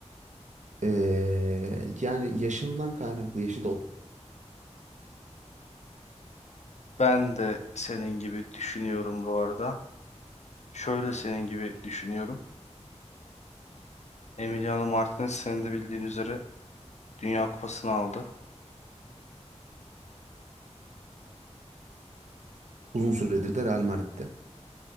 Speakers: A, on the right (about 85°); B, on the left (about 70°).
A: Ee, yani yaşından kaynaklı yaşı da
B: Ben de senin gibi düşünüyorum bu arada. Şöyle senin gibi düşünüyorum. Emiliano Martinez senin de bildiğin üzere Dünya Kupası'nı aldı.
A: uzun süredir de Real Madrid'de.